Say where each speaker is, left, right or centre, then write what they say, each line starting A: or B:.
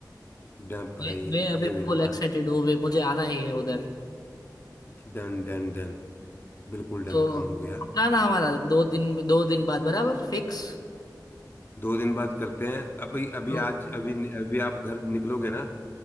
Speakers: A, on the left; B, on the left.
A: डन
B: मैं
A: भाई
B: मैं अभी
A: ये हुई
B: फुल
A: ना
B: एक्साइटेड
A: बात
B: हूँ अभी मुझे आना ही है उधर
A: Done done done बिल्कुल डन
B: तो
A: काम हो गया
B: पक्का ना हमारा दो दिन दो दिन बाद बराबर फिक्स
A: दो दिन बाद करते हैं अभी अभी
B: तो
A: आज अभी अभी आप घर निकलोगे ना